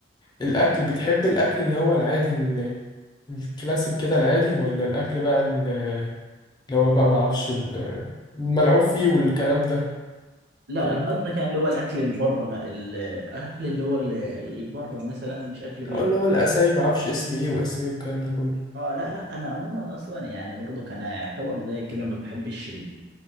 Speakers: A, on the left; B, on the right.
A: الاكل بتحب الاكل اللي هو العادي ال- الكلاسيك كده العادي ولا الاكل بقى اللي هو بقى ما اعرفش ال- الملعوب فيه والكلام ده
B: لا
A: فاهمني
B: لا قصدك يعني اللي هو الاكل اللي بره الاكل اللي هو اللي بره مثلا مش اكل بيت
A: أو اللي هو الاسامي ما اعرفش اسم ايه واسم ايه والكلام ده كله
B: اه لا لا انا عموما اصلا يعني برضو كان يعتبر زي كده ما بحبش ال-